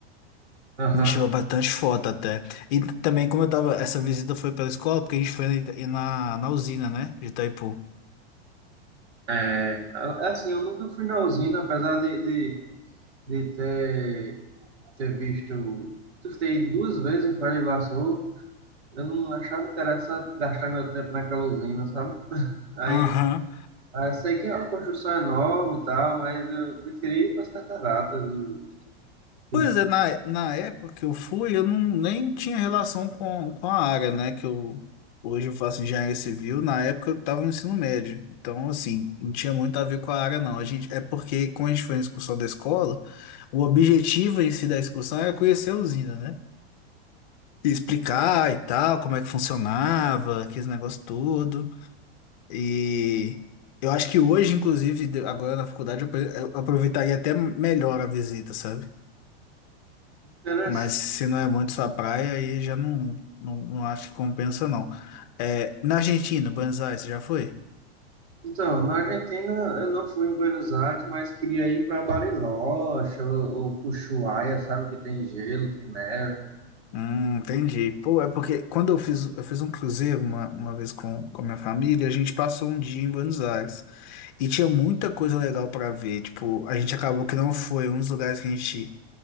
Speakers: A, on the right; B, on the left.
A: Aham.
B: A gente tirou bastante foto até. E também, como eu tava. Essa visita foi pela escola, porque a gente foi na, na, na usina, né? De Itaipu.
A: É é assim, eu nunca fui na usina, apesar de, de de ter, ter visto, de ter ido duas vezes em Foz do Iguaçu, eu não achava interessante gastar meu tempo naquela usina, sabe? Aí,
B: Aham.
A: aí sei que é uma construção enorme e tal, mas eu preferi ir para as cataratas e
B: Pois
A: os
B: é, na, na época que eu fui, eu não, nem tinha relação com, com a área, né? Que eu hoje eu faço engenharia civil, na época eu estava no ensino médio. Então, assim, não tinha muito a ver com a área, não. A gente, é porque, quando a gente foi na excursão da escola, o objetivo em si da excursão era conhecer a usina, né? E explicar e tal, como é que funcionava, aqueles negócios todo. E eu acho que hoje, inclusive, de- agora na faculdade, eu apre- eu aproveitaria até melhor a visita, sabe?
A: interessantes.
B: Mas se não é muito sua praia, aí já não, não, não acho que compensa, não. É, na Argentina, Buenos Aires, você já foi?
A: Então, na Argentina eu não fui em Buenos Aires, mas queria ir para Bariloche ou, ou Ushuaia, sabe? Que tem gelo, tem neve.
B: Hum, entendi. Pô, é porque quando eu fiz, eu fiz um cruzeiro uma, uma vez com, com a minha família, a gente passou um dia em Buenos Aires e tinha muita coisa legal para ver. Tipo, a gente acabou que não foi. Um dos lugares que a gente